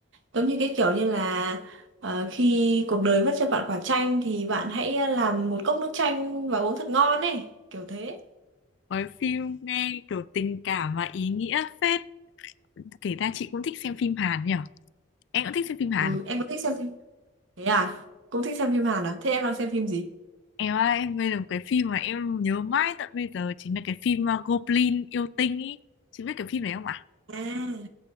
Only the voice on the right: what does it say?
giống như cái kiểu như là ờ, khi cuộc đời vất cho bạn quả chanh thì bạn hãy ờ, làm một cốc nước chanh và uống thật ngon ấy kiểu thế
ừ em có thích xem phim thế à cũng thích xem phim Hàn à thế em đang xem phim gì
à